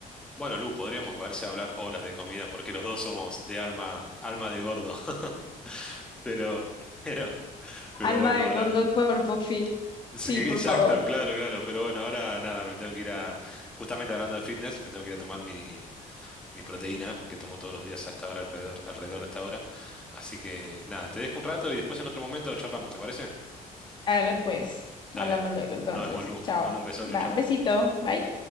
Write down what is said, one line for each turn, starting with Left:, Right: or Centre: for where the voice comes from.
Centre: bueno, Lu, podríamos, me parece, hablar horas de comida porque los dos somos de alma, alma de gordo. <laughs> Pero, pero, pero
Left: Alma
Centre: bueno,
Left: de
Centre: ahora.
Left: gordo, cuerpo fit.
Centre: sí,
Left: Sí,
Centre: que-
Left: por
Centre: que Exacto,
Left: favor.
Centre: claro, claro. Pero bueno, ahora nada, me tengo que ir a, justamente hablando de fitness, me tengo que ir a tomar mi, mi proteína que tomo todos los días a esta hora, alrededor, alrededor de esta hora. Así que nada, te dejo un rato y después en otro momento charlamos, ¿te parece?
Left: Hágale pues.
Centre: Dale,
Left: Hablamos luego entonces.
Centre: nos vemos, Lu.
Left: Chao.
Centre: Te mando un beso,
Left: Va,
Centre: chau, chau.
Left: besito. Bye.